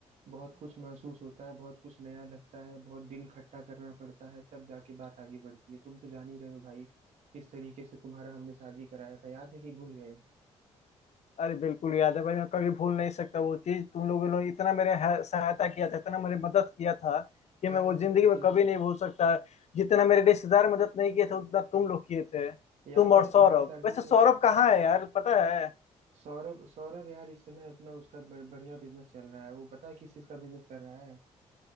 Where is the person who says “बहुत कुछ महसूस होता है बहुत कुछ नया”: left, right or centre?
Right